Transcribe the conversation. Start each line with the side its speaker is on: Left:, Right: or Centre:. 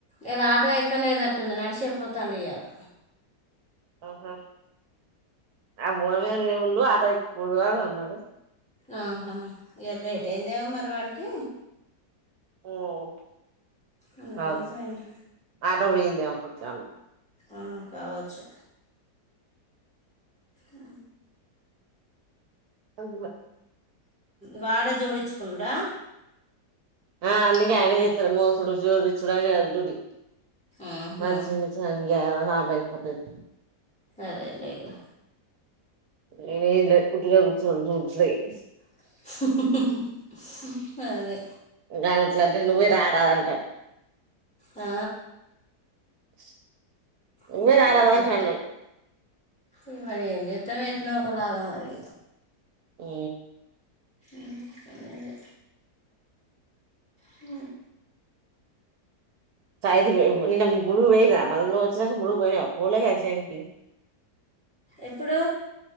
Centre: ఇలా ఆటో ఎక్కలేదట్టుంది నడిచేపోతుండు ఇయాలా
Right: ఆహా ఆ మూనమనే ముందు ఆటో ముందుగాలానే అన్నర
Centre: ఆహా ఇయల్ లేట్ అయిందేమో మరివాడికి
Right: మ్
Centre: అందుకని
Right: కావొచ్చు
Centre: పోయింది
Right: ఆటో పోయిందేమప్పుడు చాల
Centre: ఆ కావచ్చు ఈ
Right: అవ్ను
Centre: వారె జోడిచుకోనుడా
Right: ఆ అందుకె ఆయనే చెత్తడు మోసుడు జోడిచ్చుడు అయినదే అది డ్యూటీ
Centre: ఆహా,
Right: మంచిని చవి బైకపో <inaudible>
Centre: అదే లేఇగా
Right: నేనేం లేదు ఉట్టిగ కూచొన్ రీ <inaudible>
Centre: <unintelligible> అదే
Right: దాన్నట్లంటే నువ్వే రారదంటాడు
Centre: ఆ
Right: <inaudible>
Centre: కనిపియ్యట్ల
Right: రారాదు అంట అన్నాడు
Centre: ఈ మరి ఎం జేత్ త్తం ఎట్ట్నో ఒకలాగా మరి
Right: హు
Centre: ఇంకా లేదు మ్
Right: తయత్తు పోయ్ నిన్న గుడుకు పోయిర్ర మళ్ళ నువ్వు ఒచ్చినంక ములుగు పోయినావ పోలె కదా చేనికి
Centre: ఎప్పుడు